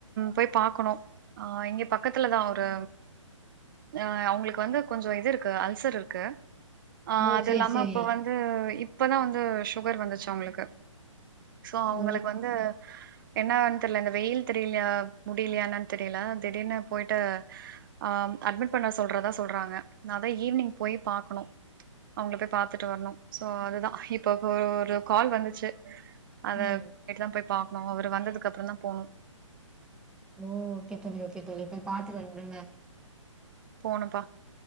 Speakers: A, on the right (about 40°); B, in the centre.
A: போய் பாக்கணு அ இங்க பக்கத்துல தா ஒரு ம் அவங்களுக் க்கு வந்து கொஞ்சோ இது இருக்கு அல்சர் இருக்கு, அ,
B: ஓ
A: அது
B: சேரி
A: இல்லாம
B: சேரி
A: இப்ப வந்து இ ப்பதா வந்து சுகர் வந்துச்சு அவங்களுக்கு சோ அவங்களுக்கு
B: ஓ
A: வந்து என்னான்னு தெர்ல இந்த வெயில் தெரிலியா முடிலியா என்னானு தெரில திடீர்னு போயிட்டு ஆ அட்மிட் பண்ண சொல்றதா சொல்றாங்க அதா ஈவ்னிங் போய் பாக்ணு அவங்கள போய் பாத்துட்டு வரணு சோ அதுதா இப்ப இப்ப ஒரு கால் வந்துச்சு அத
B: ம்
A: போய்ட்டுதா போய் பாக்குணு அவரு வந்ததுக்கு அப்பறந்தா போணு
B: ஓ ஓகே தோழி ஓகே தோழி போய் பாத்துட்டு வந்துருங்க
A: போணும்ப்பா